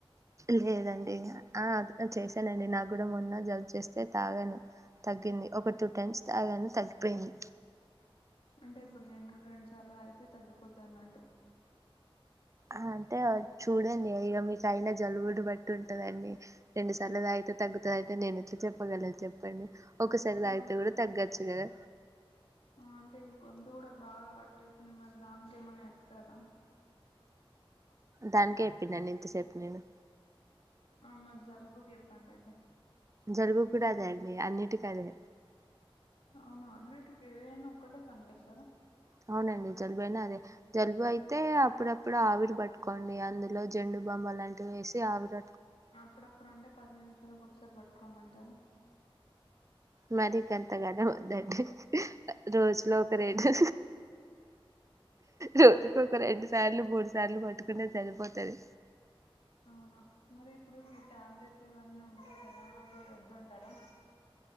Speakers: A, on the right; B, on the left.
A: లేదండి ఆ చేశానండి నాక్కూడా మొన్న జలుబు చేస్తే తాగాను తగ్గింది ఒక టూ టైమ్స్ తాగాను తగ్గిపోయింది
B: అంటే ఇప్పుడు నేను కూడా రెండు సార్లు తాగితే తగ్గిపోద్దన్నట్టు
A: అంటే చూడండి ఇక మీకయినా జలుబును బట్టి ఉంటదండి రెండు సార్లు తాగితే తగ్గుతదంటే నేనెట్లా చెప్పగలను చెప్పండి ఒకసారి తాగితే
B: ఆ
A: గూడా తగ్గొచ్చు గదా
B: ఆ అంటే గొంతు కూడా బాగా పట్టేసింది మరి దానికే మన్నా చెప్తారా
A: దానికే చెప్పిన్నాను ఇంతసేపు నేను
B: ఆ మధ్యల్ కూడా చెప్పండైతే
A: జరుగు కూడా అదే అండి అన్నిటికదే
B: అవును అన్నిటికి ఏదైనా ఒక్కటే పని చేస్తారా
A: అవునండి జలుబు అయినా అదే జలుబు అయితే అప్పుడప్పుడు ఆవిరి పట్టు కొన్ని అందులో జెండు బామ్ వలాంటివి వేసి ఆవిర
B: అప్పుడప్పుడు అంటే పది నిమిషాలకు ఒకసారి పట్టుకోమంటారా
A: మరికంతగనం వద్దండి రోజులో ఒక రెండు రోజుకొక రెండు సార్లు మూడు సార్లు పట్టుకుంటే సరిపోతది
B: అవునా మరిప్పుడు ఈ టాబ్లెట్లు ఇవన్నీ ఉంటాయి కదా అవి వద్దంటారా